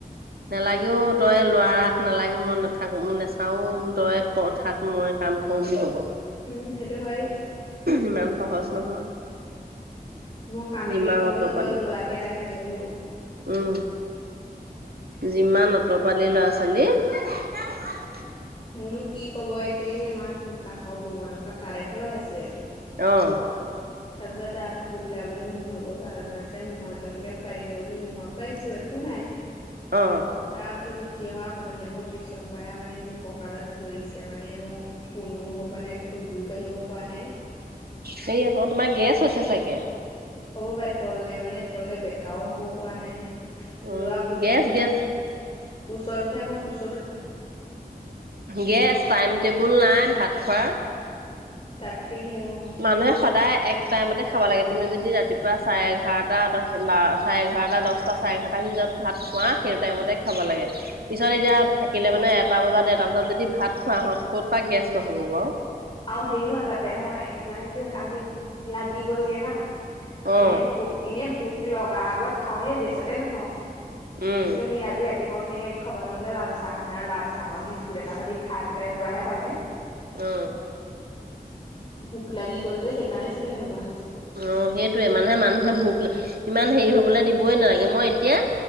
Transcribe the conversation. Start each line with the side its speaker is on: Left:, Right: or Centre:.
Right: নালাগেও তই ল'ৰা ৰাখ নালাগে মই নাথাকো নেচাও অ তই ক থাক মই কাম কৰো বুলি ক'ব।
Left: উম সেইটো হয়েই।
Right: ইমান সহজ নহয়।
Left: মই কামেকে
Right: যিমান
Left: কৰো
Right: অতপালি
Left: তই ল'ৰাকে ৰাখ সেনেকে বুলি ক'ব
Right: উম। যিমান অতপালি ল'ৰা ছোৱালীৰ।
Left: মোনো কি ক'ব এতিয়া এই আমাৰ কাষৰ ববৌহঁতঘৰত তাত এখন লগাইছে
Right: অহ
Left: তাৰপিছত তাত গৈ পেলাই বুলো মোৰ ভাগৰ চাদৰ এখন আছে মোহৰ দুটামানকে খুৱাই দিওঁগৈ বুলি মোহৰ খুৱাইছিলোঁ একো নাই
Right: অ
Left: তাৰপিছত উঠি অহা অকমান টাইমৰ পিছৰ পৰাই আও মানে মোক কঁকালত ধৰিছে মানে মোৰ পোনো হ'ব পৰা নাই খোজো কাঢ়িব পৰা নাই
Right: হে আকৌ তোমাৰ গেছ হৈছে ছাগে?
Left: হ'ব পাৰে তললে মানে তললে বেকাও হ'ব পৰা নাই
Right: উম
Left: ল'ৰা কোচত
Right: গেছ
Left: উঠে
Right: গেছ
Left: মানে কোচত উঠে মই কোচ
Right: গেছ টাইম টেবুল নাই ভাত খোৱাৰ
Left: তাকেহে অ।
Right: মানুহে সদায় এক টাইমতে খাব লাগে, তুমি যদি ৰাতিপুৱা চাৰে এঘাৰটা দশ চাৰে এঘাৰটা দশটা চাৰে এঘাৰটাৰ ভিতৰত ভাত খোৱা সেইটো টাইমতে খাব লাগে, পিছত এতিয়া থাকিলে মানে এটা বজাত, ডেৰটা বজাত যদি ভাত খোৱা হয় ক'ত পা গেছ নহ'ব বাৰু।
Left: আৰু হেৰি হ'ল তাতে হয় মানে কি হ'ল আজি ভোক লাগি গলগে না
Right: অ
Left: এনেই ভোক এনে ভোক লগা আগত খাওৱে যে তাতে নহওক। কিন্তু
Right: উম
Left: সেই আজি ৰাতিপুৱা তেনেকে খাব নহ'লে লাল চাহ, লাল চাহক বিস্কুট এটা স খাই পেলাই যোৱাহে তালে।
Right: অ।
Left: ভোক লাগি গ'ল যে সেইকাৰণে চাগে তেনেকুৱা হৈছ
Right: অ সেইটোৱে মানে মানুহে ভোক ইমান হেৰি হবলৈ দিবই নালাগে মই এতিয়া